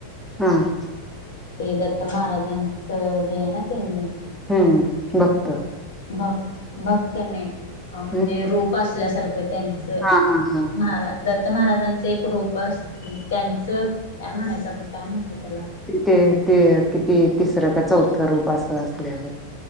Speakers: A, in the centre; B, on the left (about 60°).
A: हां.
B: ते दत्त महाराजांचं हे आहे ना त्यांनी
A: हम्म भक्त
B: भक् भक्त नाही अ म्हणजे
A: हम्
B: रूप असल्यासारखं त्यां च
A: हा हा हा
B: महारा दत्त महाराजांच एक रूपस म्हणजे त्यांचं काय म्हणायचं आपण काय म्हणतो त्याला
A: ते ते किती तिसरं का चौथं रूप असं असल्यागत.